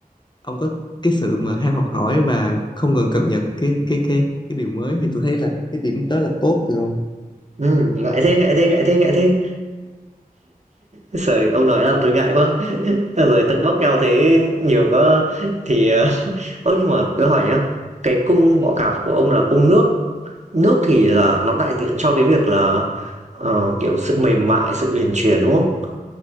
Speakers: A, on the left; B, on the right.
A: ông có cái sự mà ham học hỏi và không ngừng cập nhật cái cái cái cái điều mới thì tôi thấy là cái điểm đó là tốt từ ông
B: ừm, ngại thế, ngại thế, ngại thế, ngại thế! Giời, ông nói làm tôi ngại quá. Thế rồi tâng bốc nhau thế nhiều quá thì, ờ <laughs> ơ, nhưng mà tôi hỏi nhá, cái cung
A: Ừ,
B: bọ cạp của ông là cung nước, nước thì là nó đại diện cho cái việc là, ờ, kiểu, sự mềm mại, sự uyển chuyển, đúng không?